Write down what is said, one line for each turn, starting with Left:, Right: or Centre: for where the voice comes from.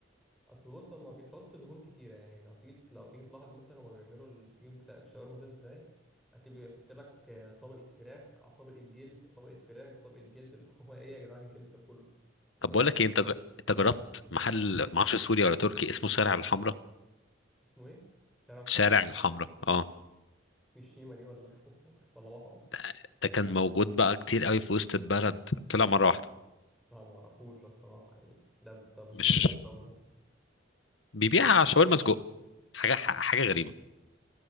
Centre: أصل بص هما بيحطوا دهون كتيرة يعني لو تيجي لو تيجي تلاحظ مثلا هما بيعملوا السيخ بتاع الشاورما ده إزاي هتبقى يحط لك آه، طبقة فراخ على طبقة جلد طبقة فراخ طبقة جلد اللي هو إيه يا جدعان الجلد ده كله ما
Left: طب
Centre: ترموه
Left: بقول لك ايه انت ج- انت جربت محل ما اعرفش سوري ولا تركي اسمه شارع الحمراء
Centre: اسمه إيه؟ شارع الحمراء
Left: شارع الحمراء اه
Centre: <laughs> دي الشيمة دي ولا <laughs> ولا مطعم
Left: ده, ده كان موجود بقى كتير قوي في وسط البلد طلع مره واحده
Centre: لا ما اعرفوش ده الصراحة يعني ده طب بيبيع
Left: مش
Centre: إيه الراجل ده؟
Left: بيبيع شاورما سجق حاجه ح- حاجه غريبه